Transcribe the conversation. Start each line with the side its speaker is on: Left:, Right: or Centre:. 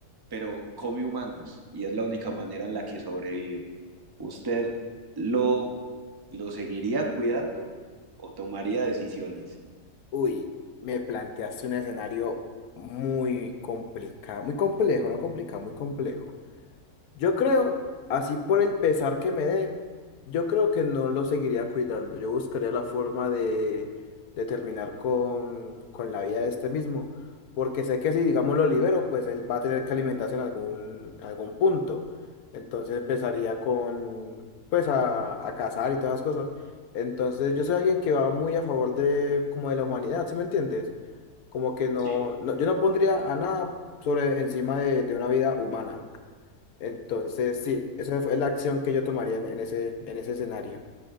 Right: pero come humanos y es la única manera en la que sobrevive. ¿Usted
Left: uf,
Right: lo, lo seguiría cuidando o tomaría decisiones?
Left: uy, me planteaste un escenario muy complicado, muy complejo, no complicado, muy complejo. Yo creo, así por el pesar que me dé, yo creo que no lo seguiría cuidando. Yo buscaría la forma de, de terminar con, con la vida de este mismo. Porque sé que si, digamos, lo libero, pues él va a tener que alimentarse en algún, algún punto. Entonces empezaría con, pues, a, a cazar y todas las cosas. Entonces yo soy alguien que va muy a favor de, como de la humanidad, ¿sí me entiendes? Como que no,
Right: Sí.
Left: no- yo no pondría a nada sobre encima de de una vida humana. Entonces, sí, esa fue la acción que yo tomaría en, en ese, en ese escenario.